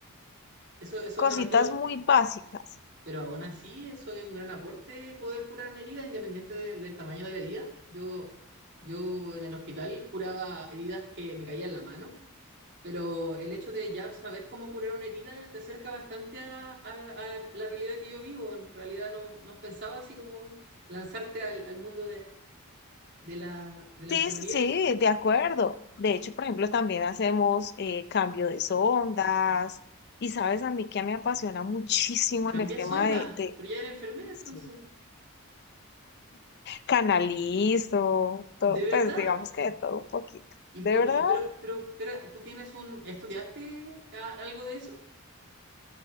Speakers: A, on the right; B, on the left.
A: Eso, eso
B: cositas
A: me refiero,
B: muy básicas.
A: pero aún así, eso es un gran aporte poder curar una herida, independiente del, del tamaño de la herida. Yo, yo en el hospital curaba heridas que me caían en la mano Pero el hecho de ya saber cómo curar una herida te acerca bastante a, a- a la realidad que yo vivo. En realidad no, no pensaba así como lanzarte al, al mundo de, de la, de la
B: Sí,
A: enfermería.
B: sí, sí,
A: algo.
B: de acuerdo. De hecho, por ejemplo, también hacemos eh, cambio de sondas. Y sabes, a mí que me apasiona muchísimo
A: Cambias
B: en el tema
A: onda,
B: de, de,
A: pero ya eres enfermera
B: sí,
A: entonces.
B: canalizo, todo,
A: ¿De verdad?
B: pues digamos que de todo un poquito.
A: Y,
B: De
A: po-
B: verdad,
A: y pero, pero, espera, ¿tú tienes un, estudiaste a- algo de eso?